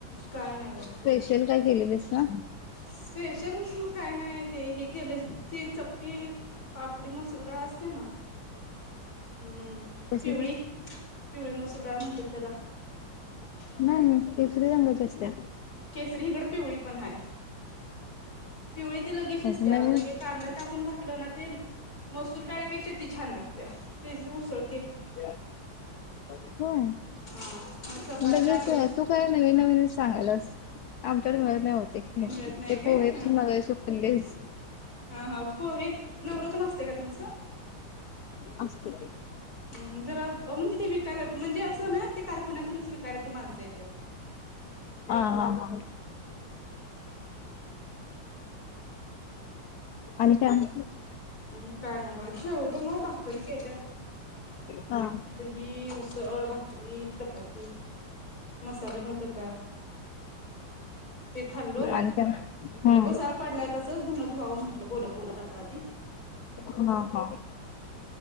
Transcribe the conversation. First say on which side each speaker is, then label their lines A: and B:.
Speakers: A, on the left; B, on the left.
A: काय नाही बघ,
B: स्पेशल काय केलेलीस ना
A: स्पेशल काय नाही. ते हे केले त चपटी पापडी मसरू डाळ असते ना. हम्म
B: कसली
A: पिवळी
B: ते?
A: पिवळी मसूर डाळ म्हणतेात त्याला.
B: नाही केशरी रंगाची असत्या.
A: केसरी हिगड पिवळी पण आहे. पिवळी ते लगेचच
B: नवीन
A: त्या अ लगे कांदा टाकून घाातलं ना ते मसूर डाळीपेक्षा ती छान लागते. त्याची उसळं
B: <unintelligible> हो,
A: हा चपाती
B: लगेच
A: रात्री
B: तू काय नवीन नवीनच सांगाल्यास. आमच्याकडे मिळत नाही ओ ते,
A: मिळत नाही
B: ते
A: काय
B: पोहे
A: हा
B: पण मगाशी ओलेच.
A: हा हा पोहे नवरत असते का तुमचं?
B: असते.
A: हम जरा म्हणजे ते विकायला म्हणजे असं ना ते कारखान्यातूनच विकायला ती माणसं येतात.
B: हा हा हा. आणि काय मग?
A: म्हणतान ब जेवलो मग भाकरी केल्यात
B: हा
A: दही उ सळ, भाकरी, चपाती मसाला भात होता. ते खाल्लो.
B: आणि काय? हम्म
A: पसारा पडलाय तसंच धुनं धुवावं म्हटलं बोलत बोलत आता आधी.
B: हा हा.